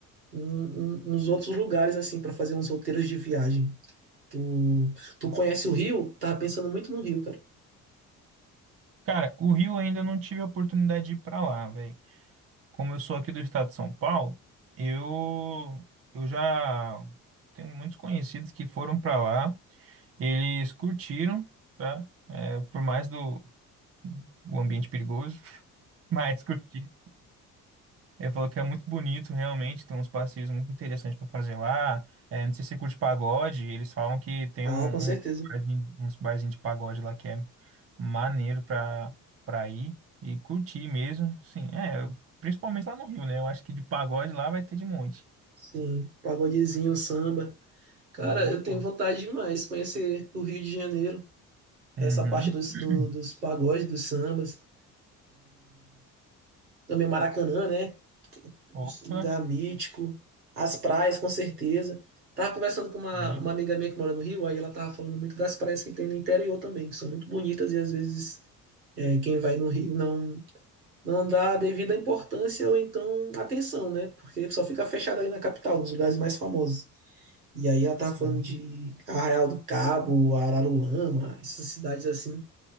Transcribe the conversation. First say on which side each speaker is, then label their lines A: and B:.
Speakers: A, on the right; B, on the right.
A: em, em- nos outros lugares, assim, para fazer uns roteiros de viagem. Tu, tu conhece o Rio? Tava pensando muito no Rio, cara.
B: Cara, o Rio ainda não tive a oportunidade de ir pra lá, velho. Como eu sou aqui do estado de São Paulo, eu eu já tenho muitos conhecidos que foram pra lá. Eles curtiram, tá? É, por mais do o ambiente perigoso, <laughs> mas curtiram. Ele falou que é muito bonito, realmente, tem uns passeios muito interessantes para fazer lá. É, não sei se você curte pagode, eles falam que tem
A: Ah,
B: um,
A: com certeza.
B: um barzinho- uns barzinhos de pagode lá que é maneiro para para ir e curtir mesmo. Sim, é, eu- principalmente lá no Rio, né? Eu acho que de pagode lá vai ter de monte.
A: Sim, pagodezinho, samba. Cara,
B: Opa.
A: eu tenho vontade demais de conhecer o Rio de Janeiro. Essa
B: Uhum.
A: parte dos,
B: <clears throat>
A: do- dos pagodes, dos sambas. Também Maracanã, né?
B: Opa.
A: Um Lugar mítico. As praias, com certeza. Tava conversando com uma,
B: Sim.
A: uma amiga minha que mora no Rio, aí ela tava falando muito das praias que tem no interior também, que são muito bonitas e às vezes é, quem vai no Rio não. não dá a devida importância ou então atenção, né? Porque só fica fechada ali na capital, nos lugares mais famosos. E aí ela tava
B: Sim.
A: falando de Arraial do Cabo, Araruama, essas cidades assim.